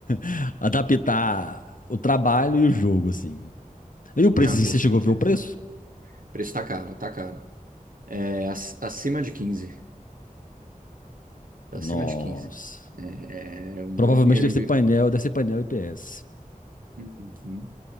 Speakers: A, on the left; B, on the right.
A: <laughs> adaptar o trabalho e o jogo, assim. E o preço,
B: Ah,
A: assim,
B: com
A: você
B: certeza.
A: chegou a ver o preço?
B: O Preço tá caro, tá caro. É, ac- acima de 15. Acima
A: Nossa.
B: de quinze É, é um
A: Provavelmente
B: bom dinheiro.
A: deve
B: em
A: ser
B: vi-
A: painel, deve ser painel IPS.
B: Uhum.